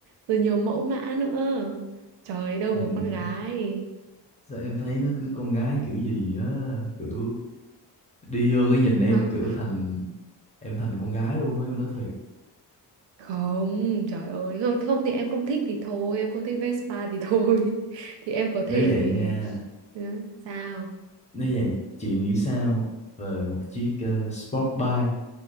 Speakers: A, on the right (about 85°); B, on the left (about 15°).
A: rồi nhiều mẫu mã nữa trời đâu
B: nhìn
A: mà con gái
B: sao em thấy nó cứ con gái kiểu gì á kiểu đi vô cái nhìn em
A: nó
B: kiểu thành em thành con gái luôn á em nói thiệt
A: không trời ơi không không thì em không thích thì thôi em không thích Vespa thì thôi <laughs> thì em có thể
B: nếu vậy nha
A: Ừ, sao
B: nếu vậy chị nghĩ sao về một chiếc ờ, sport bike